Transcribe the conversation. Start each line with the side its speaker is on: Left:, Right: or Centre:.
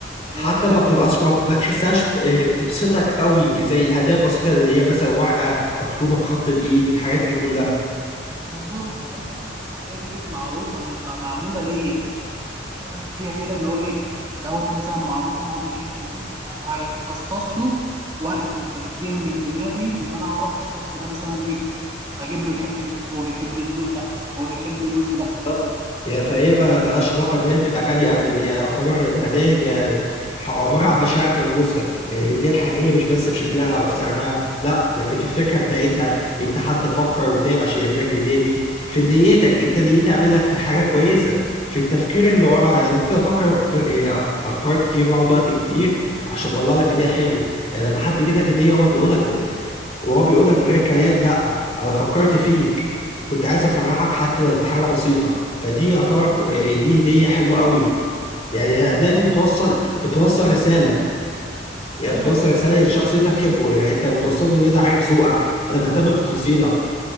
Left: حتى
Right: آه
Left: ما بتبقاش ما ما تحسهاش آه، بتبسطك قوي زي الهدايا البسيطه اللي هي مثلا ورقه مكتوبه بخط الايد الحاجات دي كلها
Right: بالظبط بحس الهدايا دي معروفة م- م- معمولة ليا بحسها هدية كده اللي هو إيه دوت مثلا معروف هو بيحب إيه فأنا هخصص له وقت وتفكير من دماغي إن أنا أعرف الشخص ده مثلا إيه هجيب له الحتة دي هو بيحب الذوق ده هو بيحب الجزء ده
Left: بالظبط يا- فهي ما ملهاش علاقه ان هي تبقى غاليه ابدا هي يعتبر الهدايا دي ح- عباره عن مشاعر ملموسه يعني الهديه الحقيقيه مش بس في شكلها او في سعرها لا لكن في الفكره بتاعتها انت حد فكر وتعب عشان يعمل لك الهديه دي في نيتك انت نيتي عامل لك حاجه كويسه في التفكير اللي وراها يعني أنا ممكن افكر في إيه، أف- افكار كتير واقعد وقت كتير عشان اطلع لك هديه حلوه يعني لما حد يجيب لك هديه هو بيقول لك وهو بيقول لك من غير كلام لا انا فكرت فيك وكنت عايز افرحك حتى لو بحاجه بسيطه فدي يعتبر آه، دي هديه حلوه قوي يعني الهديه
Right: بالظبط.
Left: دي بتوصل بتوصل رساله يعني
Right: ايوه
Left: بتوصل
Right: فكره
Left: رساله للشخص اللي انت بتحبه يعني انت بتوصل له إن انا عارف ذوقك انا بهتم بتفاصيلك